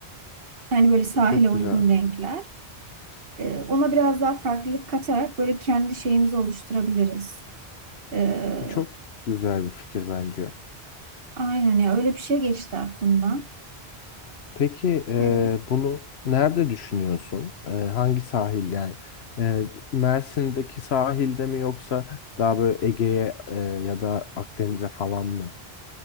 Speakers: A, on the right (about 65°); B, on the left (about 80°).
A: Yani böyle sahile
B: Çok
A: uygun
B: güzel.
A: renkler. E, ona biraz daha farklılık katarak böyle kendi şeyimizi oluşturabiliriz. E,
B: Çok güzel bir fikir bence.
A: aynen ya öyle bir şey geçti aklımdan.
B: Peki eee,
A: E,
B: bunu nerede düşünüyorsun? Eee, hangi sahil yani? Eee, Mersin'deki sahilde mi yoksa daha böyle Ege'ye eee, ya da Akdeniz'e falan mı?